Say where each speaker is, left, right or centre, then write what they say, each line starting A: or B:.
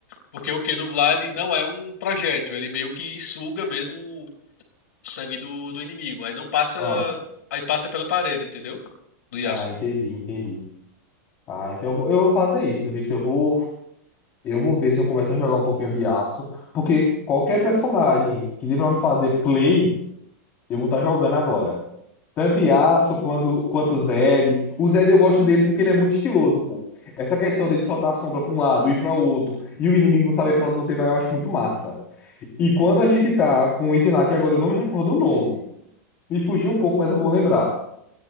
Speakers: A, on the left; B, on the left.
A: Porque o Q do Vlad não é um projétil, ele meio que suga mesmo o sangue do, do inimigo. Aí não passa,
B: Ah,
A: aí passa pela parede, entendeu? Do Yasuo.
B: ah, entendi, entendi. Ah, então eu vou eu vou fazer isso, viu? Se Eu vou, eu vou ver se eu começo a jogar um pouquinho de aço, porque qualquer personagem que dê pra me fazer play, eu vou estar jogando agora. Tanto Yasuo quanto, quanto Zed. O Zed eu gosto dele porque ele é muito estiloso, pô. Essa questão dele soltar a sombra pra um lado e pra outro, e o inimigo não saber pra onde você vai, eu acho muito massa. E quando a gente tá com um item lá, que agora eu não me recordo o nome, me fugiu um pouco, mas eu vou lembrar.